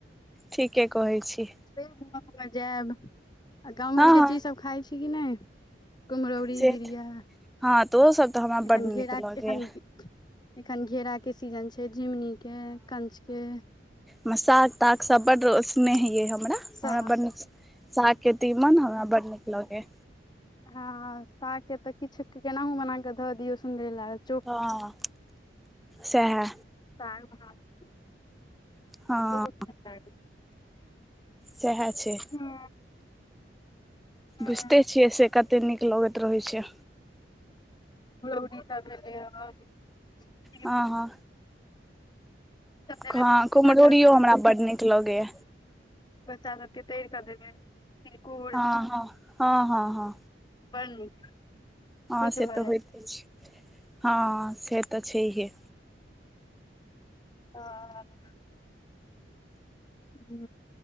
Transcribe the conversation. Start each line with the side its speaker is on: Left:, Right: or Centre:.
Centre: ठीके कहै छी।
Left: फेर घूमवो ले जेब आ गांव
Centre: हँ
Left: घरके
Centre: हँ
Left: चीज सब खाइ छी कि नैय, कुम्हरौरी
Centre: से
Left: बिड़िया
Centre: हँ तऽ ओसभ तऽ हमरा
Left: एखन
Centre: बड्ड नीक
Left: घेरा
Centre: लगैए
Left: एखन, एखन घेरा के सीजन छै झिंमनी के कंच के।
Centre: मसाक टाक सब बड स्नेह ये मैना।
Left: साग
Centre: हमरा बड निक साग के तीमन हमरा बड़ नीक लगे।
Left: हं-हं सागके त किछु केनाहु बना के ध दियौ सुन्दरे लागल।
Centre: हँ सैहै।
Left: <inaudible>
Centre: हँ
Left: <inaudible>
Centre: सेहे छैय
Left: हँ हँ
Centre: बुझिते छियै से कतै नीक लगैत रहै छै
Left: रौदी सब भेलै अछि
Centre: हँ हॅ
Left: सब देबै
Centre: ह कुमहरोरियो
Left: बच्चा सबके
Centre: हमरा बड नीक लगये
Left: बच्चा सबके तैर कऽ देबै तिलकुर
Centre: ह हँ हँ हँ हँ
Left: बड़ नीक
Centre: हँ
Left: खुश
Centre: से
Left: भऽ
Centre: तऽ
Left: जायत
Centre: होइते छै हँ से तऽ छइहे
Left: हऽ हू